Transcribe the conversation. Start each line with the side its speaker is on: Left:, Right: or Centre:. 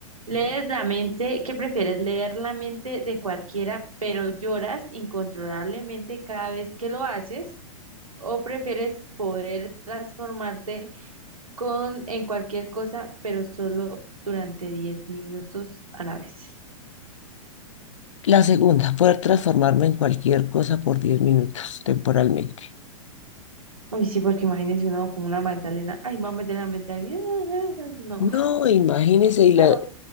Right: Lees la mente, ¿qué prefieres? Leer la mente de cualquiera, pero lloras incontrolablemente cada vez que lo haces, o prefieres poder transformarte con en cualquier cosa, pero solo durante 10 minutos a la vez.
Left: La segunda, poder transformarme en cualquier cosa por diez minutos temporalmente.
Right: Uy, sí, porque imagínense una como una Magdalena. Ay, mamá, de la mete a alguien. <laughs> No,
Left: No, imagínese, y
Right: no.
Left: la-